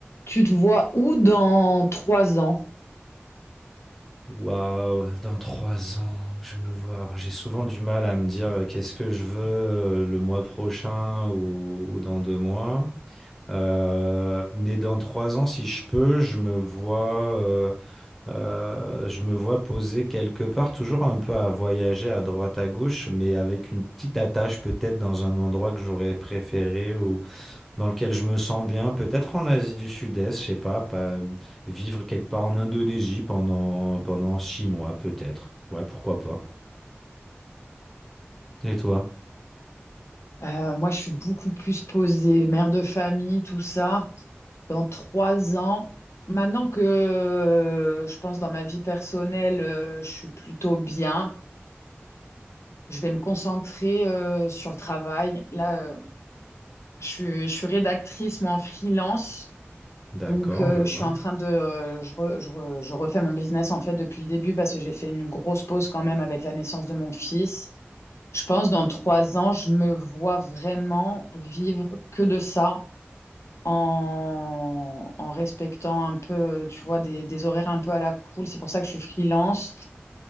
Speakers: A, on the left; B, in the centre.
A: Tu te vois où dans trois ans?
B: Waouh, dans trois ans, je me vois. Alors, j'ai souvent du mal à me dire euh, qu'est-ce que je veux euh, le mois prochain ou, ou dans deux mois. Euh, mais dans trois ans, si je peux, je me vois, euh, euh, je me vois posé quelque part, toujours un peu à voyager à droite à gauche, mais avec une petite attache peut-être dans un endroit que j'aurais préféré dans lequel je me sens bien, peut-être en Asie du Sud-Est, je sais pas, pas vivre quelque part en Indonésie pendant pendant six mois, peut-être. Ouais, pourquoi pas. Et toi?
A: Euh, moi, je suis beaucoup plus posée, mère de famille, tout ça. Dans trois ans, maintenant que euh, je pense dans ma vie personnelle, euh, je suis plutôt bien. Je vais me concentrer euh, sur le travail. Là, euh, je suis, je suis rédactrice, moi, en freelance.
B: D'accord,
A: Donc, euh,
B: je vois.
A: je suis en train de, euh, je, re- je re- je refais mon business en fait depuis le début parce que j'ai fait une grosse pause quand même avec la naissance de mon fils. Je pense dans trois ans, je me vois vraiment vivre que de ça en, en respectant un peu, tu vois, des, des horaires un peu à la cool. C'est pour ça que je suis freelance.